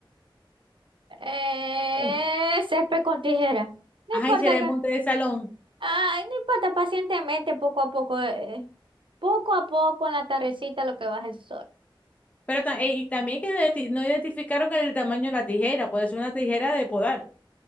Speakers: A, on the right; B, on the left.
A: Eh,
B: Eh,
A: césped con tijera. No
B: Ay,
A: importa
B: será
A: acá.
B: el monte de salón.
A: Ay, no importa, pacientemente, poco a poco. eh, poco a poco en la tardecita lo que baja el sol.
B: Pero ta- eh, y también que identi- no identificaron el tamaño de la tijera, puede ser una tijera de podar,